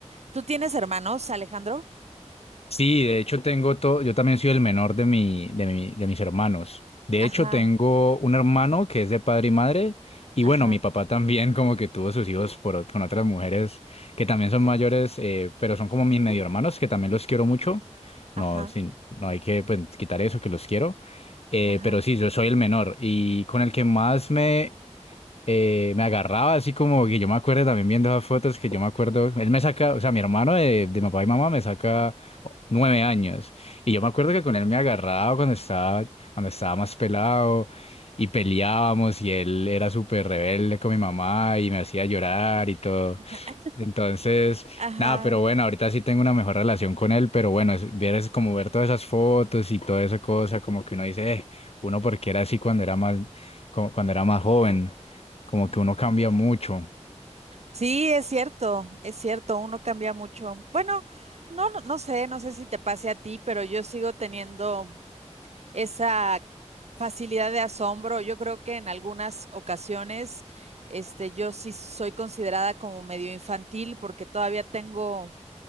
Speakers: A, on the right (about 65°); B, on the left (about 55°).
A: ¿Tú tienes hermanos, Alejandro?
B: Sí, de hecho tengo todo, yo también soy el menor de mi, de mi, de mis hermanos. De
A: Ajá,
B: hecho, tengo un hermano que es de padre y madre, y
A: ajá,
B: bueno, mi papá también como que tuvo sus hijos por, ot- con otras mujeres que también son mayores, eh, pero son como mis medio hermanos, que también los quiero mucho. No,
A: ajá,
B: sin- no hay que pues, quitar eso, que los quiero. Eh,
A: ajá.
B: pero sí, yo soy el menor y con el que más me eh, me agarraba así como que yo me acuerdo también viendo esas fotos que yo me acuerdo, él me saca, o sea, mi hermano de, de papá y mamá me saca nueve años y yo me acuerdo que con él me agarraba cuando estaba, cuando estaba más pelado y peleábamos y él era súper rebelde con mi mamá y me hacía llorar y todo.
A: <laughs>
B: Entonces,
A: Ajá.
B: nada, pero bueno, ahorita sí tengo una mejor relación con él, pero bueno, es, vieras como ver todas esas fotos y toda esa cosa, como que uno dice, "Eh, uno porque era así cuando era más, como cuando era más joven, como que uno cambia mucho.
A: Sí, es cierto, es cierto, uno cambia mucho. Bueno, no, no, no sé, no sé si te pase a ti, pero yo sigo teniendo esa facilidad de asombro. Yo creo que en algunas ocasiones, este, yo sí soy considerada como medio infantil porque todavía tengo